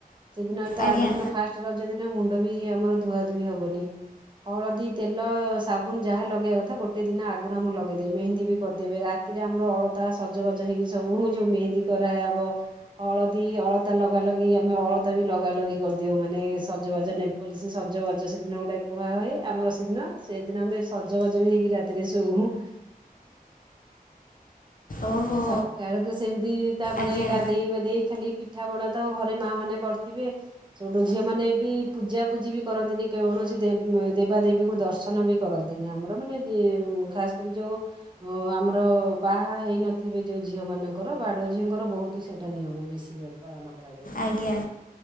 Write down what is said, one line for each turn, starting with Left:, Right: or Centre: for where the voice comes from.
Right: ସେଦିନ ତା
Left: ଆଜ୍ଞା
Right: ଆଗ ଦିନ ଫାଷ୍ଟ ରଜ ଦିନ ମୁଣ୍ଡ ବି ଆମର ଧୂଆଧୂଇ ହବନି। ହଳଦୀ ତେଲ ସାବୁନ ଯାହା ଲଗେଇବା କଥା ଗୋଟେ ଦିନ ଆଗରୁ ଆମ ଲଗେଇଦେବେ ମେହେନ୍ଦୀ ବି କରିଦେବେ ରାତି ସେଥିରେ ଆମର ଅଳତା ସଜବାଜ ହେଇକି ସବୁ ଯୋଉ ମେହେନ୍ଦୀ କରାହବ। ହଳଦୀ ଅଳତା ଲଗା ଲଗି ଆମେ ଅଳତା ବି ଲଗା ଲଗି କରିଦିଉ ମାନେ ସଜବାଜ ନେ କଲେ ସେ ସଜବାଜ ସେଦିନ ଗୋଟେ କୁହା ହୁଏ ଆମର ସେଦିନ ସେଦିନ ଆମେ ସଜବାଜ ବି ହେଇକି ରାତିରେ ଶୋଉ। <inaudible>
Left: ଓହୋ
Right: ସକାଳୁକୁ ସେମିତି ତାପରେ
Left: ଆଜ୍ଞା
Right: ଗାଧେଇ ପାଧେଇକି ଖାଲି ପିଠାପଣାା ତ ଘରେ ମାଆ ମାନେ କରିଥିବେ। ସେପେଟ ଝିଅ ମାନେ ବି ପୂଜା ପୂଜି ବି କରନ୍ତିନି କୌଣସି ଦେ ଦେବାଦେବୀଙ୍କୁ ଦର୍ଶନ ବି କରନ୍ତିନି ଆମର ମାନେ ଖାସ କରି ଯୋଉ ଅ ଆମର ବାହା ହେଇନଥିବେ ଯୋଉ ଝିଅ ମାନଙ୍କର ବାଡୁଅ ଝିଅଙ୍କର ବୋହୁତ ସେଇଟା ନିୟମ ବେଶି <unintelligible> <unintelligible>
Left: ଆଜ୍ଞା।